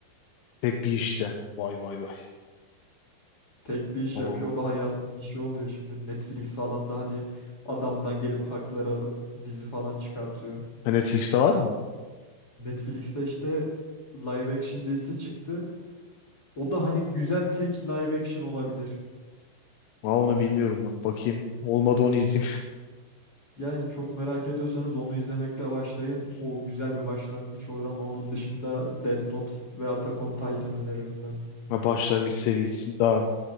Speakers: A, on the left (about 85°); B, on the left (about 60°).
A: Pek bir işten. Vay vay vay.
B: Tek bir iş
A: Tamam.
B: yapıyor o da hayatının işi oluyor şimdi. Netflix falan da hani adamdan gelip hakları alıp dizi falan çıkartıyor.
A: Ha, Netflix'te var mı?
B: Netflix'te işte live action dizisi çıktı. O da hani güzel tek live action olabilir.
A: Aa, onu bilmiyorum bak. Bakayım. Olmadı onu izleyeyim.
B: Yani çok merak ediyorsanız onu izlemekle başlayın.
A: <laughs>
B: O güzel bir başlangıç olur ama onun dışında Death Note ve Attack on Titan öneririm ben.
A: Ha, başlangıç seviyesi için daha.